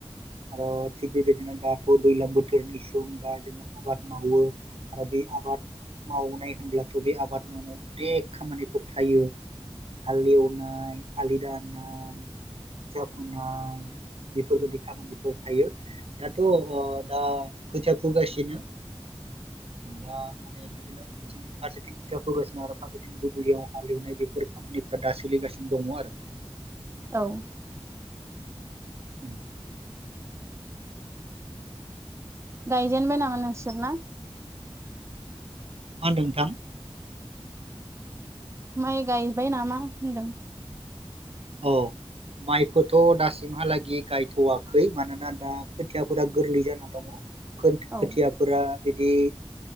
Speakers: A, on the right; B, on the right.
A: आरो थिग बेबायदिनो दाथ दैज्लां बोथोरनि सम दा जदिनो आबाद मावो आरो बे आबाद मावनाय होनब्लाथ बे आबाद मावनायाव अनेक खामानिफोर थायो हाल एवनाय आलि दाननाय खोथिया फोनाय बेफोरबायदि खामानिफोर थायो दाथ अ दा खोथिया फोगासिनो दा माने बिदिनो बिदि फारसेथिं खोथिया फोगासिनो आरो फारसेथिं बुब्लियाव हालेवनाय बेफोर खामानिफोरा दा सोलिगासिनो दंङ आरो
B: औ
A: उम
B: गायजेनबाय नामा नोंसोरना
A: मा होन्दों नोंथां
B: माइ गायबाय नामा होनदों
A: औ माइखौथ दासिमहालागि गायथवाखै मानोना दा खोथियाफोरा गोरलै जाना दंङ
B: औ
A: खथिया फुरा बिदि